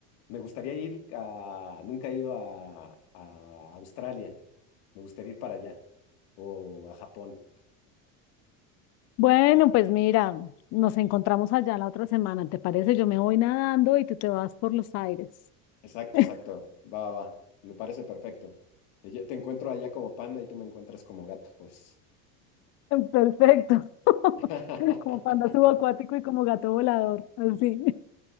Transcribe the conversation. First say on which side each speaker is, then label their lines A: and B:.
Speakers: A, on the left; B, on the left.
A: me gustaría ir a, nunca he ido a, a Australia, me gustaría ir para allá, o a Japón,
B: Bueno, pues mira, nos encontramos allá la otra semana, ¿te parece? Yo me voy nadando y tú te vas por los aires.
A: Exacto,
B: <laughs>
A: exacto. Va, va, va. Me parece perfecto. Y ya- Te encuentro allá como panda y tú me encuentras como gato, pues.
B: Perfecto. <laughs>
A: <laughs>
B: Como panda subacuático y como gato volador, así.